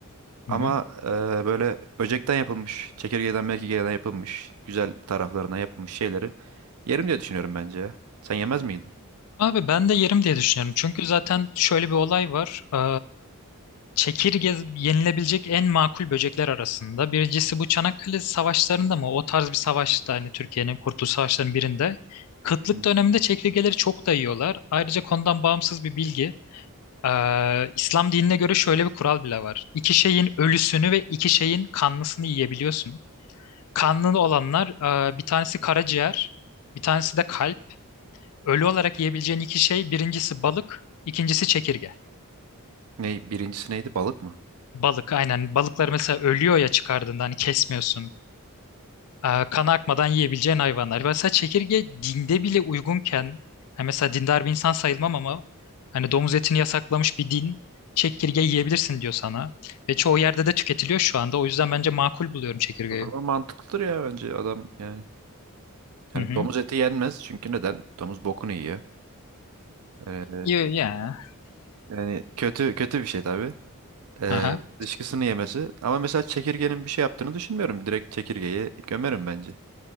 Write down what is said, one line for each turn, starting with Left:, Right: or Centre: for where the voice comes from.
Left: hı
Right: Ama
Left: hı.
Right: e, böyle böcekten yapılmış, çekirgeden merkirgeden yapılmış, güzel taraflarına yapılmış şeyleri yerim diye düşünüyorum bence ya. Sen yemez miydin?
Left: Abi ben de yerim diye düşünüyorum. Çünkü zaten şöyle bir olay var. E, çekirge yenilebilecek en makul böcekler arasında. Birincisi bu Çanakkale savaşlarında mı? O tarz bir savaşta hani Türkiye'nin Kurtuluş Savaşları'nın birinde. Kıtlık
Right: hı.
Left: döneminde çekirgeleri çok da yiyorlar. Ayrıca konudan bağımsız bir bilgi. Ee, İslam dinine göre şöyle bir kural bile var. İki şeyin ölüsünü ve iki şeyin kanlısını yiyebiliyorsun. Kanlı olanlar e, bir tanesi karaciğer, bir tanesi de kalp. Ölü olarak yiyebileceğin iki şey birincisi balık, ikincisi çekirge.
Right: Ne, birincisi neydi? Balık mı?
Left: Balık aynen. Balıklar mesela ölüyor ya çıkardığında hani kesmiyorsun. e, kan akmadan yiyebileceğin hayvanlar. Mesela çekirge dinde bile uygunken, yani mesela dindar bir insan sayılmam ama hani domuz etini yasaklamış bir din çekirge yiyebilirsin diyor sana. Ve çoğu yerde de tüketiliyor şu anda. O yüzden bence makul buluyorum çekirgeyi.
Right: O zaman mantıklıdır ya bence adam yani. Yani
Left: Hı hı.
Right: domuz eti yenmez çünkü neden? Domuz bokunu yiyor. Ee,
Left: Yiyor ya.
Right: yani kötü kötü bir şey tabii. Ee,
Left: Aha.
Right: dışkısını yemesi. Ama mesela çekirgenin bir şey yaptığını düşünmüyorum. Direkt çekirgeyi gömerim bence.